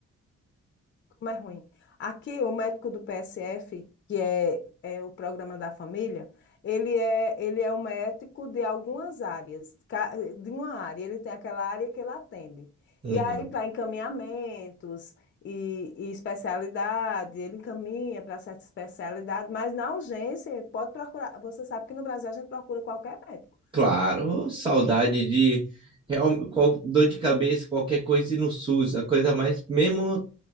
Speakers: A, on the left; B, on the right.
A: Como é ruim. Aqui, o médico do PSF, que é, é o programa da família, ele é, ele é o médico de algumas áreas, ca- de uma área. Ele tem aquela área que ele atende.
B: Uhum.
A: E aí, para encaminhamentos e, e especialidade, ele encaminha para certa especialidade, mas na urgência, pode procurar. Você sabe que no Brasil a gente procura qualquer médico.
B: Claro,
A: Qual-
B: saudade de real, qual, dor de cabeça, qualquer coisa ir no SUS, a coisa mais, mesmo,